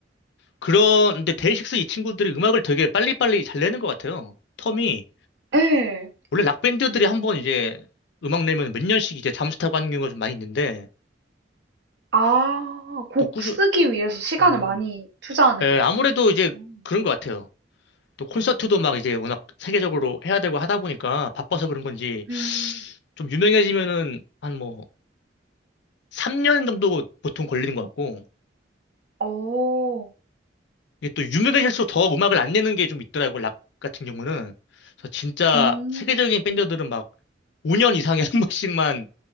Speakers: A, on the left (about 65°); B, on the right (about 65°).
A: 그런, 데 데이식스 이 친구들이 음악을 되게 빨리빨리 잘 내는 것 같아요. 텀이.
B: 예.
A: 원래 락밴드들이 한번 이제 음악 내면 몇 년씩 이제 잠수 타고 하는 경우가 좀 많이 있는데,
B: 아 곡
A: 또 꾸준,
B: 쓰기 위해서 시간을
A: 음,
B: 많이 투자하는
A: 예,
B: 건가요?
A: 아무래도
B: 음.
A: 이제 그런 것 같아요. 또 콘서트도 막 이제 워낙 세계적으로 해야 되고 하다 보니까 바빠서 그런 건지
B: 음.
A: 좀 유명해지면은 한 뭐 3년 정도 보통 걸리는 것 같고
B: 어.
A: 이게 또 유명해질수록 더 음악을 안 내는 게 좀 있더라고 락 같은 경우는 그래서 진짜
B: 음.
A: 세계적인 밴드들은 막 5년 이상에 한 번씩만